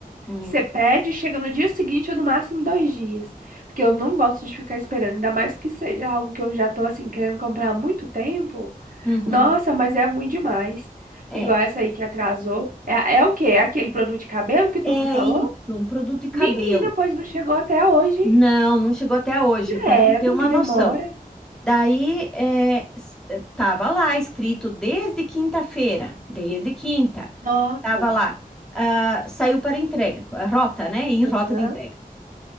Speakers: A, in the centre; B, on the right (about 60°).
A: Hum,
B: Você pede, chega no dia seguinte ou no máximo dois dias. Porque eu não gosto de ficar esperando, ainda mais que seja algo que eu já tô assim querendo comprar há muito tempo.
A: uhum,
B: Nossa, mas é ruim demais.
A: é.
B: Igual essa aí que atrasou. É, é o quê? É aquele produto de cabelo que tu
A: É
B: me falou?
A: isso, um produto de cabelo.
B: Menina, pois não chegou até hoje.
A: Não, não chegou até hoje,
B: Credo,
A: para tu ter uma
B: que
A: noção.
B: demora.
A: Daí, é, s- eh, tava lá escrito desde quinta-feira, desde quinta,
B: Nossa.
A: tava lá, ah, saiu para entrega, a rota, né? Em
B: Aham.
A: rota de entrega.